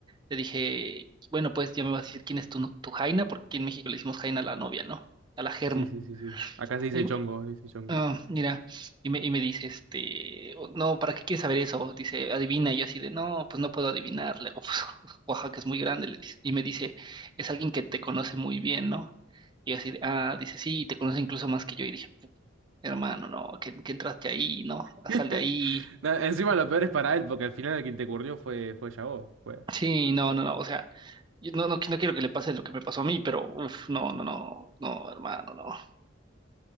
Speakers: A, on the right (about 25°); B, on the right (about 75°).
A: Le dije, bueno, pues ya me vas a decir quién es tu, tu Jaina, porque aquí en México le decimos Jaina a la novia, ¿no? A la Germu.
B: Sí, sí, sí, sí. Acá se dice
A: Y,
B: chongo, se dice chongo.
A: ah, mira, y me, y me dice, este, "Oh, no, ¿para qué quieres saber eso? Dice, adivina. Y yo así de, no, pues no puedo adivinar. Le digo, pues, <laughs> Oaxaca es muy grande, le dice. Y me dice, es alguien que te conoce muy bien, ¿no? Y yo así de, ah, dice, sí, te conoce incluso más que yo. Y dije, hermano, no, que, que entraste ahí, no,
B: <laughs>
A: sal de ahí.
B: No, encima lo peor es para él, porque al final el que te fue, fue ya vos. Fue.
A: Sí, no, no, no, o sea, yo no, no, no quiero que le pase lo que me pasó a mí, pero uff, no, no, no, no, hermano, no.